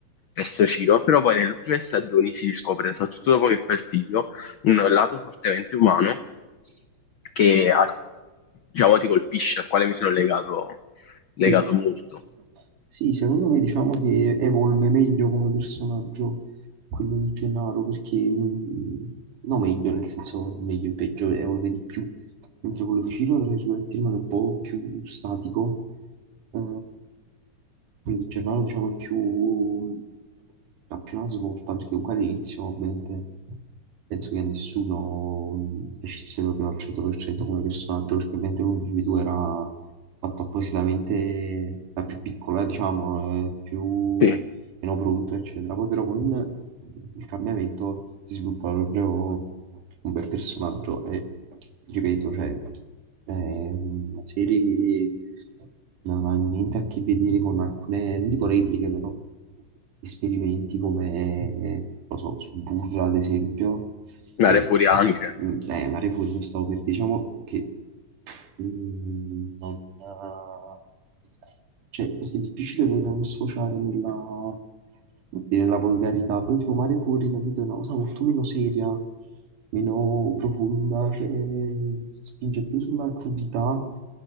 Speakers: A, on the left (about 80°); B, on the right (about 85°).
A: verso Ciro, però poi nelle ultime stagioni si riscopre, soprattutto dopo che fa il figlio, un lato fortemente umano che, al- diciamo, ti colpisce, al quale mi sono legato legato
B: Sì.
A: molto.
B: Sì, secondo me diciamo che evolve meglio come personaggio quello di Gennaro, perché mh, no meglio, nel senso meglio in peggio, evolve di più, mentre quello di Ciro, tra virgolette, rimane un po' più statico, Eh, quello di Gennaro diciamo è più, ha più una svolta, perché comunque all'inizio ovviamente penso che a nessuno mh, piacesse proprio al 100% come personaggio, perché ovviamente l'unico di due era fatto appositamente, è più piccola, diciamo, è più
A: Sì,
B: meno pronto, eccetera. Poi però con il cambiamento si sviluppa proprio un bel personaggio e, ripeto, cioè, è una serie che non ha niente a che vedere con alcune, non dico repliche, però esperimenti come, non lo so, su Burla, ad esempio, che,
A: Mare Furia anche.
B: mm, eh, Mare Fuori lo stavo per, diciamo, che Mm, non, eh, cioè, perché è difficile poi non sfociare nella, come dire, nella volgarità, però tipo Mare Fuori, capito, è una cosa molto meno seria, meno profonda, cioè, spinge più sulla crudità,